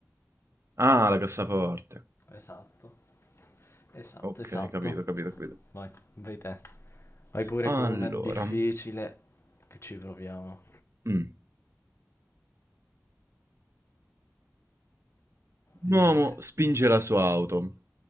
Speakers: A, on the right (about 85°); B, on the left (about 65°).
A: Ah, la cassaforte.
B: Esatto. Esatto,
A: Okay,
B: esatto.
A: capito, capito, capito.
B: Vai, vai te. Vai pure
A: Allora,
B: con una difficile
A: mh,
B: che ci proviamo.
A: un
B: Dimmi
A: uomo
B: te.
A: spinge la sua auto,